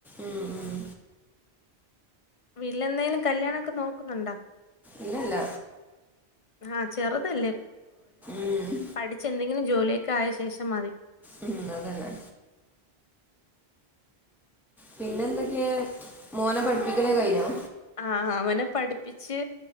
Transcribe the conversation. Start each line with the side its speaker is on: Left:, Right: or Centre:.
Centre: ഉം ഉം
Left: <unintelligible> വീട്ടിലെന്തേലും കല്യാണൊക്കെ നോക്കുന്നുണ്ടോ?
Centre: ഇല്ലല്ല
Left: ആഹ്! ചെറുതല്ലേ
Centre: ഉം
Left: പഠിച്ച് ന്തെങ്കിലും ജോലി! ഒക്കെ ആയ ശേഷം മതി!
Centre: ഉം! അതന്നെ! പിന്നെന്തൊക്കെയ? മോനെ പഠിപ്പിക്കലേ കഴിഞ്ഞോ?
Left: ആ അവനെ പഠിപ്പിച്ച്